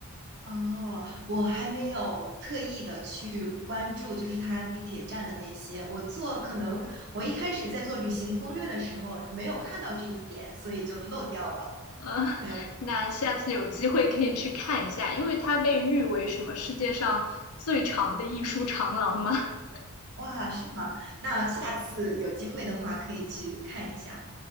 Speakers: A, on the right; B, on the left.
A: 哦，我还没有特意的去关注，就是它地铁站的那些。我做可能我一开始在做旅行攻略的时候没有看到这一点，所以就漏掉了。
B: 嗯，<laughs>
A: 没有，
B: 那下次有机会可以去看一下，因为它被誉为什么世界上最长的艺术长廊嘛。<laughs>
A: 哇，是吗？那下次有机会的话可以去看一下。